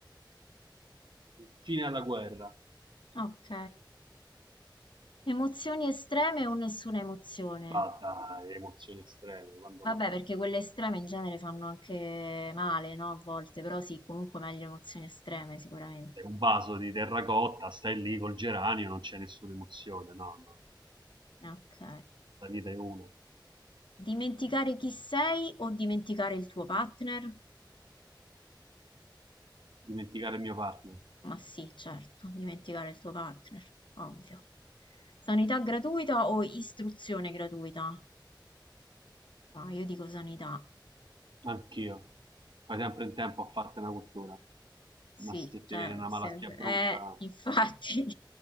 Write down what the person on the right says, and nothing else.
Fine alla guerra.
Ma dai, emozioni estreme, quando
mai?
Sei un vaso di terracotta, stai lì col geranio, non c'è nessuna emozione. No, no,
la vita è una.
Dimenticare il mio partner.
Anch'io. Fai sempre in tempo a farti una cultura.
Ma se ti
viene una
malattia brutta...